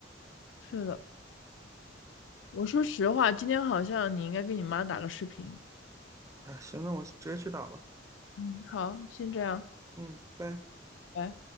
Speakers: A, on the left; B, on the right.
A: 是的，我说实话，今天好像你应该跟你妈打个视频。
B: 哎，行，那我直接去打吧。
A: 嗯，好，先这样，
B: 嗯，拜。
A: 拜。